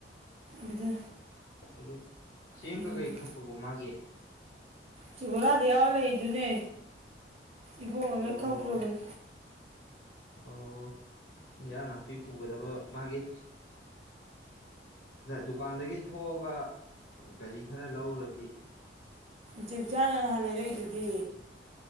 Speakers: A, on the right; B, on the left.
A: ꯑꯗ
B: ꯑꯗꯨꯣ ꯁꯦꯡ
A: ꯌꯦꯡꯒꯦ
B: ꯀ ꯀꯩ ꯈꯞꯄꯕ ꯃꯥꯒꯦ
A: ꯁꯤꯕꯣꯔꯥꯗ ꯌꯥꯎꯔ ꯂꯩꯗꯨꯅꯦ ꯏꯕ
B: ꯑꯣ
A: ꯉ ꯀꯥꯎꯈ꯭ꯔꯕꯦꯟ
B: ꯑꯣ ꯏꯟꯖꯥꯡ ꯅꯥꯄꯤ ꯄꯨꯒꯗꯕ ꯃꯥꯒꯤ ꯗꯨꯀꯥꯟꯗꯒꯤ ꯊꯣꯛꯑꯒ ꯀꯔꯤ ꯈꯔ ꯂꯧꯔꯗꯤ
A: ꯖꯤꯕꯤꯆꯥꯅ ꯅꯍꯥꯟ ꯂꯩꯔꯛꯏꯗꯨꯗꯤ